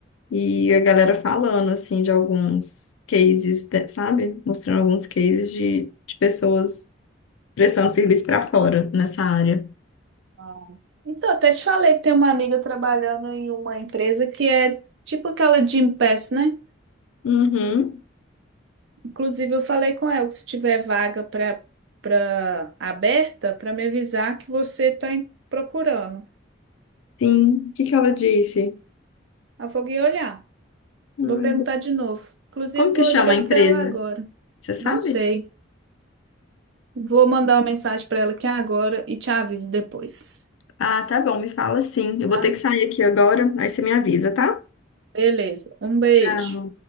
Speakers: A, on the left; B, on the right.
A: e a galera falando, assim, de alguns cases, de- sabe? Mostrando alguns cases de, de pessoas prestando serviço para fora nessa área.
B: Ah. Então, até te falei que tem uma amiga trabalhando em uma empresa que é tipo aquela Gympass, né?
A: Uhum,
B: Inclusive, eu falei com ela que se tiver vaga para para aberta, para me avisar que você está procurando.
A: sim. O que que ela disse?
B: Ela falou que ia olhar.
A: Ai,
B: Vou perguntar
A: bo-
B: de novo. Inclusive,
A: Como
B: vou
A: que chama
B: ligar
A: a empresa?
B: para ela agora.
A: Você sabe?
B: Não sei. Vou mandar uma mensagem para ela aqui agora e te aviso depois,
A: Ah, tá bom, me fala sim. Eu
B: tá?
A: vou ter que sair aqui agora, aí você me avisa, tá?
B: Beleza. Um beijo.
A: Tchau.